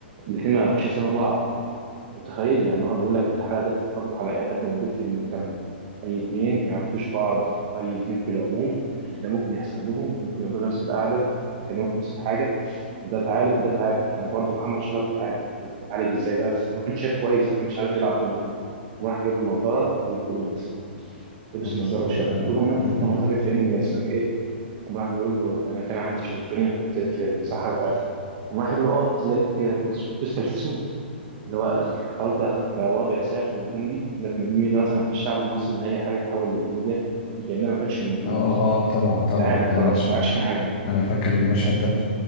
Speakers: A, on the right (about 45°); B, on the left (about 50°).
A: الاثنين ما يعرفوش اسامي بعض متخيل يعني هو بيقول لك الحاله دي تنطبق على اي حد موجود في المجتمع اي اتنين ما يعرفوش بعض اي اتنين في العموم ده ممكن يحصل لهم ممكن يقعدوا نفس القعده ممكن يتكلموا في نفس الحاجه وده اتعالج وده اتعالج انا برضو محمد شرف اتعالج اتعالج ازاي بقى ما كانش شايف كويس ما كانش عارف يلعب دومنه راح جاب له نضاره قال له خد البسها لبس
B: بالظبط
A: النضاره وشافه
B: آه،
A: بيقول له ما
B: جميل
A: انت كنت مختفي فين اسمك ايه قام راح بيقول له ده انا كان عندي شيزوفرينيا كنت في المصحه بتاعتي قام راح قال له اه تلاقيك ما كنتش بتلبس كلسون اللي هو خلاص بقى بقى وضع ساخر وكوميدي لكن دي ميزه مثلا في الشعب المصري ان اي حاجه تحول لكوميديا وكانها ما كانتش موجوده
B: اه اه طبعا طبعا
A: اتعالج
B: انا
A: خلاص
B: ش...
A: ما عادش في حاجه
B: انا فاكر المشهد ده